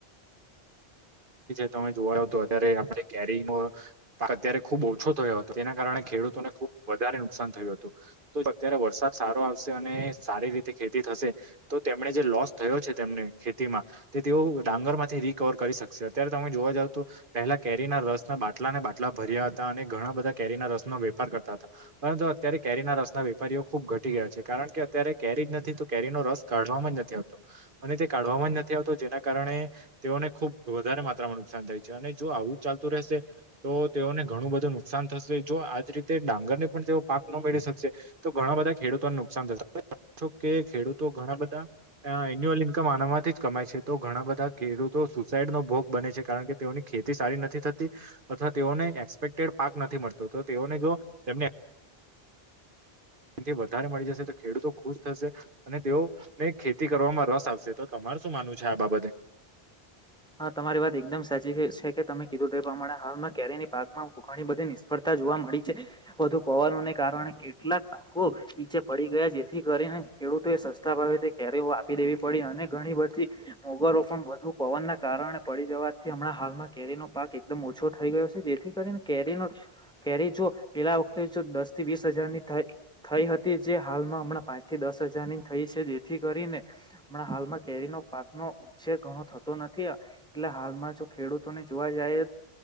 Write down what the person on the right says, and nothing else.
તમે જોવા તો અત્યારે આપણે જે કેરીનો પાક અત્યારે ખુબ ઓછો થયો હતો તેના કારણે ખેડૂતોને ખુબ વધારે નુકસાન થયું હતું તો અત્યારે વરસાદ સારો આવશે અને સારી રીતે ખેતી થશે તો તેમણે જે લોસ થયો છે, તેમને ખેતીમાં તે તેઓ ડાંગર માંથી રિકવર કરી શ કસે અત્યારે તમે જોવા જાવ તો પહેલા કેરી ના રસના બાટલા ને બાટલા ભર્યા હતા અને ઘણા બધા કેરીના રસ ન વેપાર કરતા હતા પરંતુ અત્યારે કેરીના રસના વેપારીઓ ખુબ ઘટી ગયા છે, કારણ કે અત્યારે કેરી નથી તો કેરીનો રસ કાઢવાવામાં જ નથી આવતો અને તે કાઢવામાં જ નથી આવતો જેના કારણે તેઓને ખૂબ વધારે માત્રામાં નુકસાન થાય છે, અને જો આવું ચાલતું રહેશે તો તેઓને ઘણું બધું નુકસાન થશે જો આજ રીતે ડાંગરને પણ તેઓ પાક ન મેળવી શકશે તો ઘણા બધા ખેડૂતોને નુકસાન જ <unintelligible> કે ખેડૂતો ઘણા બધા અ એન્યુઅલ ઇન્કમ આના માંથી જ કમાય છે, તો ઘણા બધા ખેડૂતો સૂ સાઈડ નો ભોગ બને છે, કારણ કે તેઓની ખેતી સારી નથી થતી અથવા તેઓને એક્સપેક્ટેડ પાક નથી મળતો તો તેઓને જો તેમને એનથી વધારે મળી જશે તો ખેડૂતો ખુશ થશે અને તેઓ ને ખેતી કરવામાં રસ આવશે તો તમા મારે શું માનવું છે, આ બાબતે?